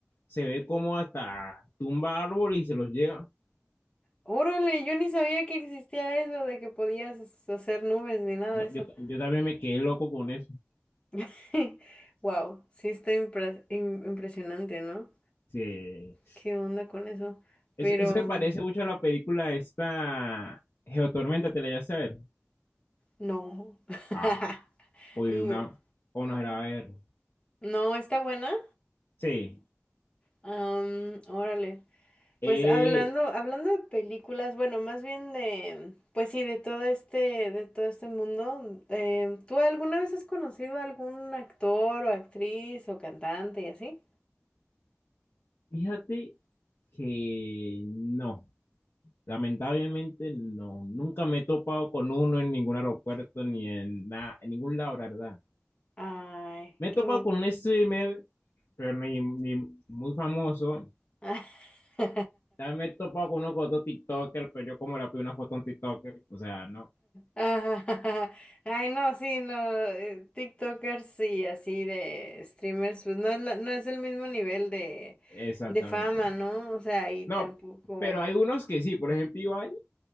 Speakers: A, on the left (about 60°); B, on the left (about 25°).
A: se ve como hasta tumba árboles y se los lleva.
B: Órale, yo ni sabía que existía eso de que podías hacer nubes ni nada
A: No,
B: de eso.
A: yo, ta- yo también me quedé loco con eso.
B: <laughs> Wow, sí está impre- im- impresionante, ¿no?
A: Sí.
B: ¿Qué onda con eso? Pero
A: Eso, eso me parece mucho a la película esta Geotormenta, ¿te la llegaste a ver?
B: no. <laughs>
A: Ah, uy,
B: No,
A: una... o no era a ver.
B: no, está buena.
A: Sí.
B: Am, órale.
A: Eh,
B: Pues hablando, hablando de películas, bueno, más bien de, pues sí, de todo este, de todo este mundo. eh, ¿tú alguna vez has conocido a algún actor o actriz o cantante y así?
A: fíjate que no. Lamentablemente no, nunca me he topado con uno en ningún aeropuerto ni en nada, en ningún lado, la verdad.
B: Ay,
A: Me he
B: qué...
A: topado
B: mo-
A: con un streamer, pero ni, ni muy famoso.
B: <laughs>
A: También me he topado con uno con otro TikToker, pero yo como le pido una foto a un TikToker, o sea, no.
B: Ah, <laughs> Ay, no, sí, no, eh, TikTokers y así de streamers, pues no es, la- no es el mismo nivel de,
A: Exactamente.
B: de fama, ¿no? O sea, y
A: No,
B: tampoco.
A: pero hay unos que sí, por ejemplo, Ibai,